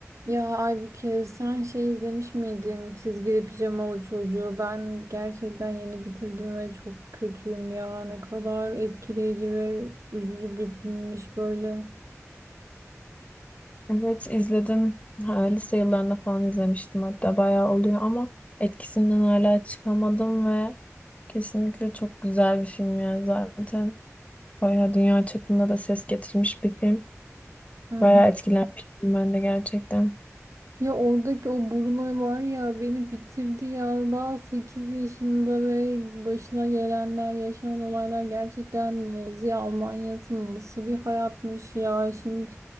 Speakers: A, on the right; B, on the left.
A: Ya Aybüke sen şey izlemiş miydin? Çizgili pijamalı çocuğu. Ben gerçekten yeni bitirdim ve çok kötüyüm ya. Ne kadar etkileyici ve üzücü bir filmmiş böyle.
B: Evet izledim. Ha, lise yıllarında falan izlemiştim hatta bayağı oluyor ama etkisinden hala çıkamadım ve kesinlikle çok güzel bir film yani zaten bayağı dünya çapında da ses getirmiş bir film.
A: Hı
B: Bayağı
A: hı.
B: etkilenmiştim ben de gerçekten.
A: Ya oradaki o Bruno var ya beni bitirdi ya. Daha 8 yaşında ve başına gelenler, yaşanan olaylar gerçekten Nazi Almanya'sı nasıl bir hayatmış ya. Şimdi